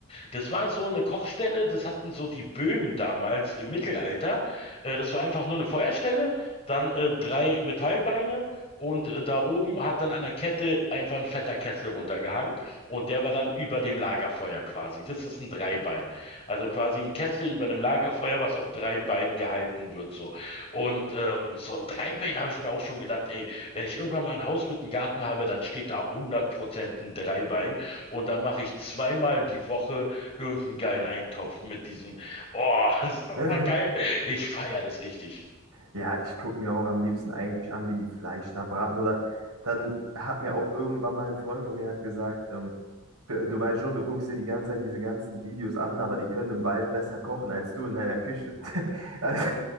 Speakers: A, on the left; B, on the right.
A: Das war so eine Kochstelle, das hatten so die Böhmen damals im Mittelalter. Äh, das war einfach nur eine Feuerstelle, dann äh, drei Metallbeine und äh, da oben hat dann an der Kette einfach ein fetter Kessel runtergehangen und der war dann über dem Lagerfeuer quasi. Das ist ein Dreibein. Also quasi ein Kessel über einem Lagerfeuer, was auf drei Beinen gehalten wird so. Und ähm, so ein Dreibein habe ich mir auch schon gedacht, ey, wenn ich irgendwann mal ein Haus mit einem Garten habe, dann steht da 100% ein Dreibein. Und dann mache ich zweimal die Woche irgendeinen geilen Eintopf mit diesem, oh, <laughs> das ist so
B: <laughs>
A: geil. Ich feiere das richtig.
B: Ja, ich gucke mir auch am liebsten eigentlich an, wie die Fleisch da braten. Oder dann hat mir auch irgendwann mal ein Freund von mir hat gesagt, ähm, du, du weißt schon, du guckst dir die ganze Zeit diese ganzen Videos an, aber die können im Wald besser kochen als du in deiner Küche. <laughs> Also,